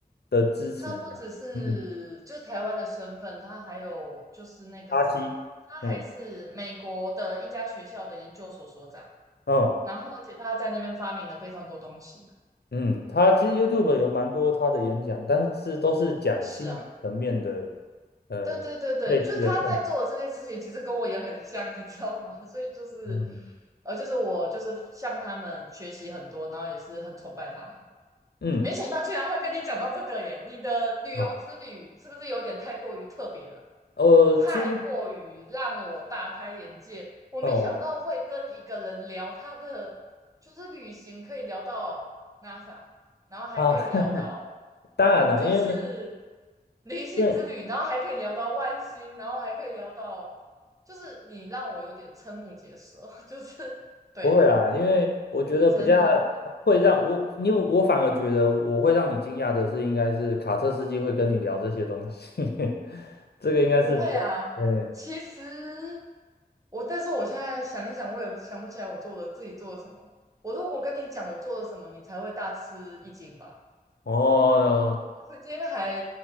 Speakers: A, on the left; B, on the right.
A: 的支持，
B: 他不只是就是台湾的身份，
A: 嗯，
B: 他还有就是那个什么，
A: 巴西，
B: 他还是美国的一家学校的研究所所长。
A: 哎，哦，
B: 然后，而且他在那边发明了非常多东西。
A: 嗯，他其实 YouTube 有蛮多他的演讲，但是都是讲心理层面的，
B: 是啊，
A: 呃，
B: 对对对对，
A: 类似的痛，
B: 就是他在做的这件事情，其实跟我也很像，你知道吗？<laughs> 所以就是，
A: 嗯
B: 呃，就是我就是向他们学习很多，然后也是很崇拜他们。
A: 嗯，
B: 没想到居然会跟你讲到这个耶！你的旅游之旅是不是有点太过于特别了？
A: 哦，我其实
B: 太过于让我大开眼界。我没想到会跟一个人聊他的，
A: 哦。
B: 就是旅行可以聊到 NASA，然后还可以聊到
A: 啊，<laughs> 当然了，
B: 就是
A: 因为
B: <laughs> 灵性之旅，
A: 对，
B: 然后还可以聊到外星，然后还可以聊到，就是你让我有点瞠目结舌，<laughs> 就是对
A: 不会啦，因为我觉得比较
B: 你真厉
A: 会让我因为我反而觉得我会让你惊讶的是，应该是卡车司机会跟你聊这些东西，<laughs> 这个应该是比较嗯
B: 不会啊，其实我，但是我现在想一想，我也想不起来我做了自己做了什么。我如果跟你讲我做了什么，你才会大吃一惊吧？
A: 哦，
B: 我曾经还，